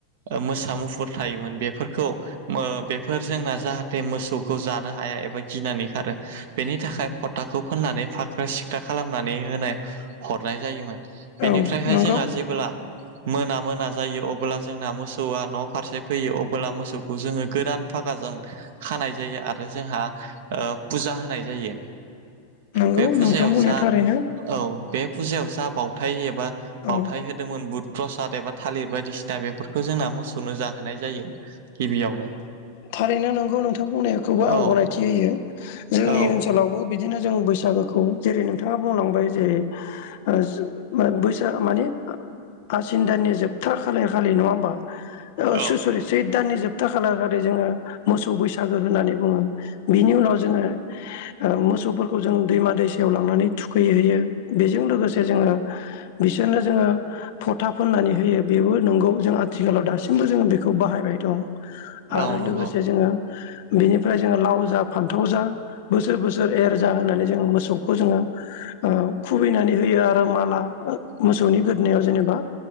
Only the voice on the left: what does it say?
औ नंगौ
नंगौ
नोंथां बुंनाया
थारैनो
औ
थारैनो नोंगौ नोंथां बुंनायखौबो
आं गनायथि होयो जोंनि
ओनसोलावबो बिदिनो जों बैसागोखौ जेरै नोंथाङा बुंलांबाय जे ओ बैस माने आसिन दाननि जोबथार खालि खालि नङा होमबा <unintelligible>
दाननि जोबथा खालार खाै जोङो मोसौ बैसागो होननानै बुङो बिनि उनाव जोङो ओ मोसौफोरखौ जों दैमा दैसायाव लांनानै थुखैहयो बेजों लोगोसे जोङो बिसोरनो जोङो फथा फोननानै होयो बेबो नंगौ जों आथिखालाव दासिमबो जोङो बेखौ बाहायबाय दं आरो
लोगोसे जोङो बिनिफ्राय जोङो लाव जा फान्थाव जा बोसोर बोसोर एर जा होननानै जोङो मोसौखौ जोङो ओ खुबैनानै होयो आरो माला मोसौनि गोदोनाव जेनेबा